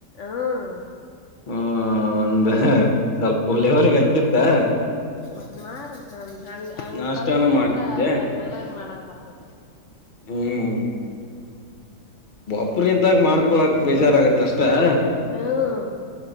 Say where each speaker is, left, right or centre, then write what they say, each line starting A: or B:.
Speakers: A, on the left (about 70°); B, on the left (about 40°).
A: ಹ್ಮ್
B: ಹ್ಮ. <unintelligible> ಸ್ವಲ್ಪ <unintelligible> ಅಕ್ಕಿತ್ತ
A: ಮತ್ತೆ ಮಾಡಕ್ಕ ಹಂಗ ಹಂಗ
B: ನಾಷ್ಟಾನ
A: ಕಲ್ಲತ್ರ ಅಂದ್ರ
B: ಮಾಡ್ತಿದ್ದೆ
A: ಅಂತಲ್ ಹೋದಾಗ ಮಾಡಕ್ ಬತ್ತದೆ
B: ಹ್ಮ್ ಒಬ್ರೆ ಇದ್ದಾಗ್ ಮಾಡ್ಕೊಳಕ್ ಬೇಜಾರಾಗುತ್ ಅಷ್ ಹಂ
A: ಹ್ಮ್